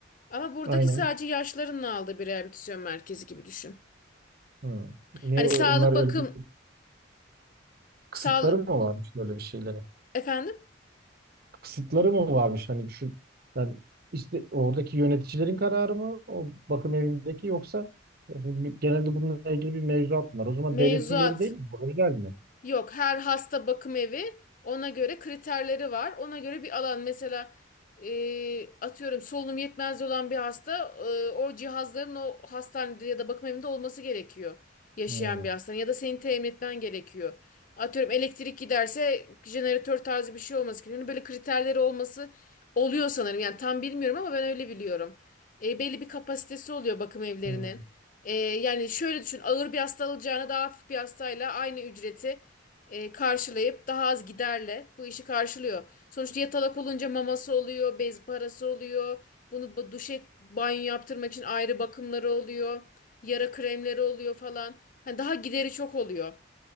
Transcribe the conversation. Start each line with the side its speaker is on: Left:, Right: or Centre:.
Left: Ama buradaki
Right: Aynen.
Left: sadece yaşlıların aldığı bir rehabilitasyon merkezi gibi düşün.
Right: Hı. Niye
Left: Hani
Right: o-
Left: sağlık
Right: onlar
Left: bakım,
Right: öyle bir kısıtları
Left: sağlık
Right: mı varmış böyle bir şeylere?
Left: efendim
Right: kısıtları mı varmış hani şu yani işte oradaki yöneticilerin kararı mı o bakım evindeki yoksa yani genelde bununla ilgili bir mevzuat mı var? O zaman
Left: mevzuat.
Right: devletin yeri değil mi? Bu özel mi?
Left: Yok, her hasta bakım evi ona göre kriterleri var. Ona göre bir alan mesela e, atıyorum solunum yetmezliği olan bir hasta e, o cihazların o hastanede ya da bakım evinde olması gerekiyor. Yaşayan
Right: Hmm.
Left: bir hastanın ya da senin temin etmen gerekiyor. Atıyorum elektrik giderse jeneratör tarzı bir şey olması gerekiyor. Hani böyle kriterleri olması oluyor sanırım. Yani tam bilmiyorum ama ben öyle biliyorum. E, belli bir kapasitesi oluyor bakım evlerinin.
Right: Hmm.
Left: E, yani şöyle düşün ağır bir hasta alacağına daha hafif bir hastayla aynı ücreti e, karşılayıp daha az giderle bu işi karşılıyor. Sonuçta yatalak olunca maması oluyor, bez parası oluyor. Bunu bu- duşe banyo yaptırmak için ayrı bakımları oluyor. Yara kremleri oluyor falan. Hani daha gideri çok oluyor.